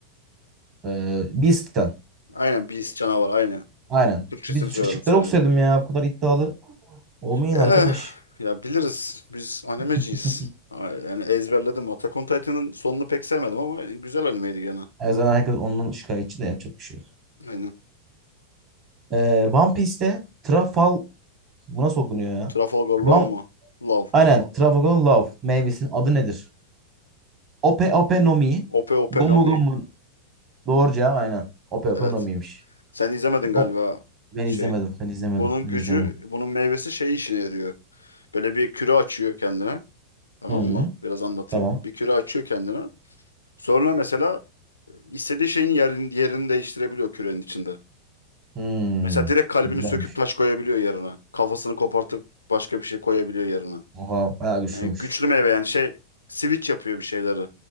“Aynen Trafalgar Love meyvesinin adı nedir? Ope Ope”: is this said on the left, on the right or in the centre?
Right